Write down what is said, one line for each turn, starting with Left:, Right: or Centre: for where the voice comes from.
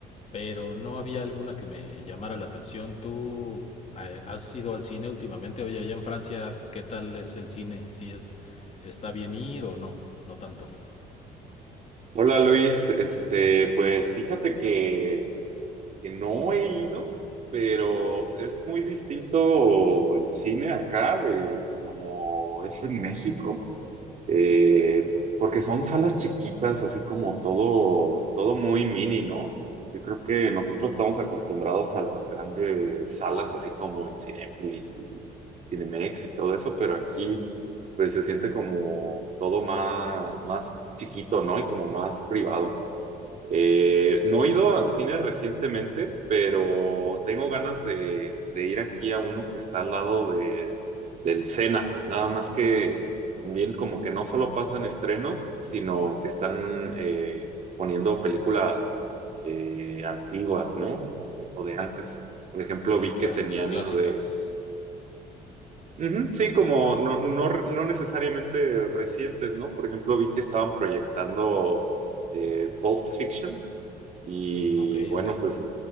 Left: pero no había alguna que me llamara la atención. ¿Tú eh, has ido al cine últimamente? Oye, allá en Francia, ¿qué tal es el cine? ¿Si es está bien ir o no? No tanto.
Right: Hola Luis, este, pues fíjate que, que no he ido, pero es muy distinto el cine acá de, de como es en México. eh, porque son salas chiquitas, así como todo, todo muy mini, ¿no? Yo creo que nosotros estamos acostumbrados a las grandes salas, así como en Cinépolis y Cinemex y todo eso, pero aquí pues se siente como todo más, más chiquito, ¿no? Y como más privado. Eh, no he ido al cine recientemente, pero tengo ganas de, de ir aquí a uno que está al lado de, del Sena. Nada más que también como que no solo pasan estrenos, sino que están eh, poniendo películas eh, antiguas, ¿no? O, o de antes. Por ejemplo,
Left: Películas
Right: vi que tenían
Left: clásicas.
Right: la de... Ujú, sí, como no, no, no necesariamente recientes, ¿no? Por ejemplo, vi que estaban proyectando eh, Pulp Fiction y
Left: Mm, ok,
Right: bueno,
Left: ok.
Right: pues